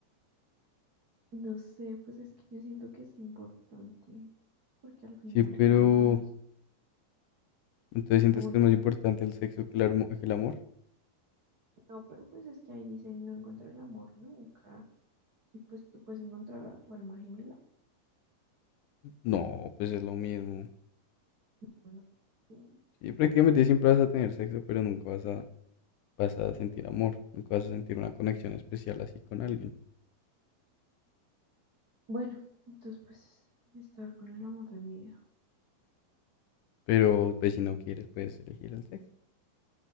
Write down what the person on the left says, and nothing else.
Sí,
pero
entonces sientes
que
es más importante el sexo que el, armo- que el amor?
No, pues es lo mismo.
Sí, prácticamente siempre vas a tener sexo, pero nunca vas a, vas a sentir amor, nunca vas a sentir una conexión especial así con alguien.
Pero pues si no quieres, puedes elegir el sexo. <clears throat>